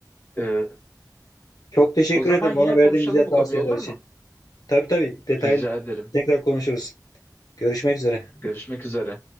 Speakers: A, on the left; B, on the left.
A: E,
B: Çok teşekkür
A: o zaman
B: ederim
A: yine
B: bana verdiğin
A: konuşalım
B: güzel
A: bu
B: tavsiyeler
A: konuyu olur
B: için.
A: mu?
B: Tabii tabii detaylı
A: Rica ederim.
B: tekrar konuşuruz. Görüşmek üzere.
A: Görüşmek üzere.